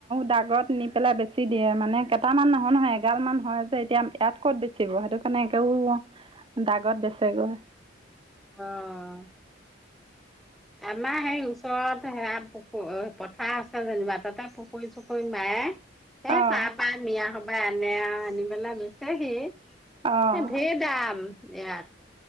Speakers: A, on the right; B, in the centre.
A: দাগত নি পেলাই বেছি দিয়ে মানে। কেইটামান নহয় নহয়, এগাল মান হয় যে এতিয়া ইয়াত ক'ত বেচিব, সেইটো কাৰণে একেও দাগত বেছেগৈ।
B: অহ আমাৰ সেই ওচৰত সেয়া পুখুৰী পথাৰ আছে যেনিবা, তাতে পুখুৰী চুখুৰী নাই। এ
A: অ',
B: তাৰ পৰা নিয়া। পাই আনে আনি পেলাই বেছেহি। হে
A: অ',
B: ধেৰ দাম। ইয়াত